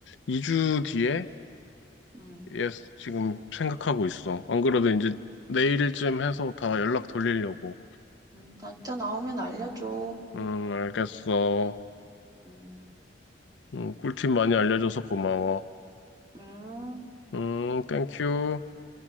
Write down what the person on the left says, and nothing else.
2주 뒤에,
예, 지금 생각하고 있어. 안 그래도 이제 내일쯤 해서 다 연락 돌리려고.
응, 알겠어.
응, 꿀팁 많이 알려줘서 고마워.
응, 땡큐.